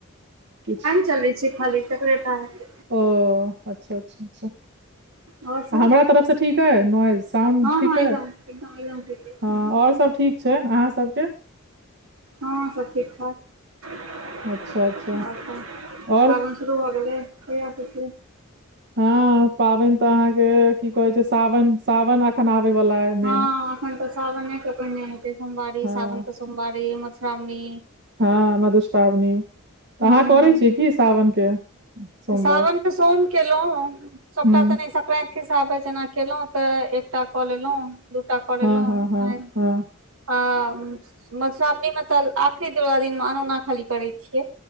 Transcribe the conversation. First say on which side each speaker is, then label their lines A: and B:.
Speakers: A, on the right; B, on the right.
A: किछ
B: चले छै खाली चकलेट आनय छी
A: ओ अच्छा अच्छा अच्छा
B: आओर सब
A: हमरा तरफसँ ठीक है नॉइज साउंड
B: हँ
A: ठीक
B: हँ
A: है
B: एकदम एकदम एकदम ठीक
A: हँ और सब ठीक छै अहाँ सबके
B: हँ सब ठीक ठाक अ
A: अच्छा अच्छा और
B: फाबन शुरू भ गेलै की आ कि
A: हं पाबैन ते अहां के की कहे छै सावन सावन अखन आबे वला
B: हँ
A: मेन
B: एखन तऽ सावनेके पहिने हेतै सोमबारी
A: हँ
B: सावन के सोमबारी मधुश्रामनी
A: हँ मधुश्रावणी
B: हूँ
A: अहाँ करै छीयै की सावन के सोमवार
B: सावन तऽ सोम केल सोबटा
A: हूँ
B: तऽ नहि सकरेत एक हिसाबे जेना केलहुँ तऽ एकटा कऽ लेलहुँ दूटा कऽ लेलहुँ
A: हँ हँ हँ हँ
B: आ मधुश्रावणी मे तऽ आखरीनवला दिन अनोना खाली करैत छियै